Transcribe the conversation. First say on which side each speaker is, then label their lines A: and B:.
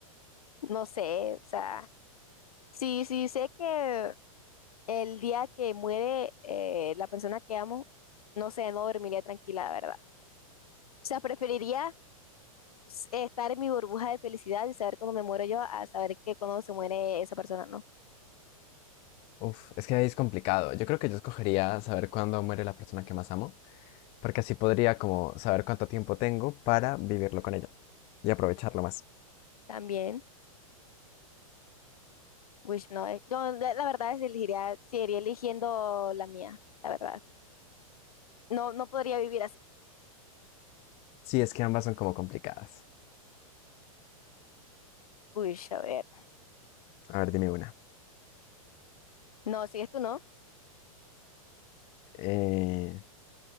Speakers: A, on the left; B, on the left.
A: No sé, o sea, sí, sí sé que el día que muere eh, la persona que amo, no sé, no dormiría tranquila, la verdad. O sea, preferiría s- estar en mi burbuja de felicidad y saber cuando me muero yo a saber que cuando se muere esa persona, ¿no?
B: uf, es que ahí es complicado. Yo creo que yo escogería saber cuándo muere la persona que más amo, porque así podría como saber cuánto tiempo tengo para vivirlo con ella y aprovecharlo más.
A: También, pues no, eh, yo la la verdad es elegiría, seguiría eligiendo la mía, la verdad. No, no podría vivir así.
B: Sí, es que ambas son como complicadas.
A: Uy, a ver.
B: A ver, dime una.
A: No, ¿sigues tú, no?
B: Eh,